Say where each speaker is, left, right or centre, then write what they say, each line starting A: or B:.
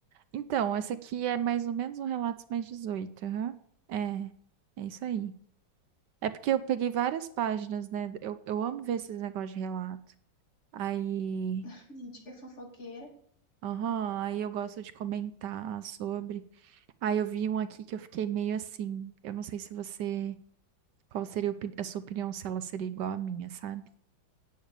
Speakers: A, on the right (about 70°); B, on the left (about 35°).
A: Então, essa aqui é mais ou menos um Relatos Mais 18, aham. É, é isso aí. É porque eu peguei várias páginas, né? Eu, eu amo ver esses negócios de relato. Aí
B: <laughs> Gente, que é fofoqueira.
A: Aham, aí eu gosto de comentar sobre. Ah, eu vi um aqui que eu fiquei meio assim. Eu não sei se você. Qual seria opi- a sua opinião, se ela seria igual à minha, sabe?